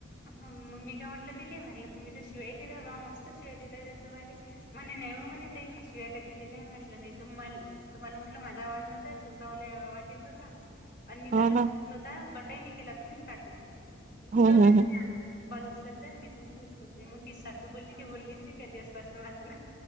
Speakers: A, on the left; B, on the right.
A: मग मग मी काय म्हटलं तिले म्हटलं तुम्ही तर शिवाय दिल बा मस्त शिव्या देताय <unintelligible> तुम्हाले. म्हणे नाही हो म्हणे ते मी शिव्या कधी दिलाय म्हटलं नाही त मल तुम्हाला म्हटलं माझा आवाज नव्हता तुमचा मला आवाज येत होता.
B: <inaudible>
A: आणि मी चाल <unintelligible>
B: ना.
A: कटई नाही केला तुम्हीच काटला.
B: हो
A: जाऊदे
B: हो हो.
A: कॉल उचलत जाल मी तुमची उचलत जाईन मग ती सासू बोलली ती बोललीच <unintelligible> पासून वाचून.